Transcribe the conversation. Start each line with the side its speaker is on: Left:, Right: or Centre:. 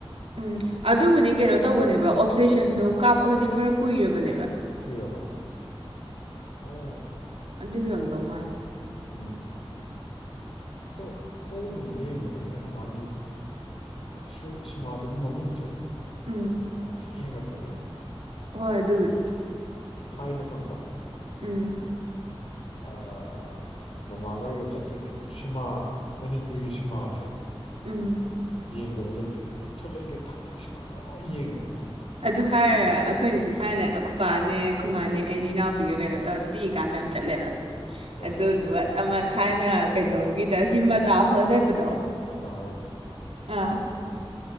Right: ꯎꯝ ꯑꯗꯨꯕꯨꯗꯤ ꯀꯩꯅꯣ ꯇꯧꯕꯅꯦꯕ ꯑꯣꯞꯖꯦꯁꯟꯗꯣ ꯀꯥꯞꯄꯒꯗꯤ ꯈꯔ ꯀꯨꯏꯔꯕꯅꯦꯕ
Left: ꯀꯨꯏꯔꯕ ꯑꯣ
Right: ꯑꯗꯨꯒꯤꯑꫭꯏꯔꯝꯗꯧ ꯃꯥꯜꯂꯤ
Left: ꯎꯝ ꯑꯗꯣ ꯍꯣꯜꯒꯨꯝꯕꯗ ꯌꯦꯡꯕꯗꯅ ꯍꯦꯟꯅ ꯃꯥꯒꯤ ꯁꯨꯝ ꯁꯤꯃꯥꯗꯨꯒꯤ ꯃꯒꯨꯟꯁꯦ
Right: ꯎꯝ
Left: ꯌꯥꯝ ꯊꯤꯛ ꯍꯦꯟꯒꯠꯄꯅꯦꯕ
Right: ꯍꯣꯏ ꯑꯗꯨꯕꯨꯅꯤ
Left: ꯊꯥꯏꯅ ꯈꯪꯕ꯭ꯔꯥ
Right: ꯎꯝ
Left: ꯑꯥ ꯃꯃꯥꯡꯒ ꯑꯩꯒ ꯆꯠꯇꯣꯏꯅꯦꯕ ꯁꯤꯃꯥ ꯃꯅꯤꯄꯨꯒꯤ ꯁꯤꯃꯥꯁꯦ
Right: ꯎꯝ
Left: ꯌꯦꯡꯗꯕ ꯂꯩꯇꯦ ꯍꯦꯛ ꯊꯣꯛꯂꯛꯏꯈ ꯊꯥꯏꯅꯁꯤꯃ ꯂꯣꯏ ꯌꯦꯡꯉꯛꯦ
Right: ꯑꯗꯨ ꯍꯥ ꯑꯩꯈꯣꯏꯁꯦ ꯊꯥꯏꯅ ꯈꯨꯄꯥꯅꯦ ꯈꯨꯃꯅꯦ ꯑꯩꯅ ꯏꯅꯥꯎꯄꯤꯒ ꯀꯩꯅꯣ ꯇꯧꯔꯗꯤ ꯄꯤꯛꯏ ꯀꯥꯟꯗ ꯌꯥꯝ ꯆꯠꯂꯦꯕ
Left: ꯍꯣꯏ
Right: ꯑꯗꯨꯗꯨ ꯑꯃ ꯊꯥꯏꯅ ꯀꯩꯅꯣꯒꯤꯗ ꯁꯤꯃ ꯇꯥ ꯍꯣꯜ ꯂꯩꯕꯗꯣ
Left: ꯃꯇ ꯍꯗ
Right: ꯑꯥ
Left: ꯎꯝ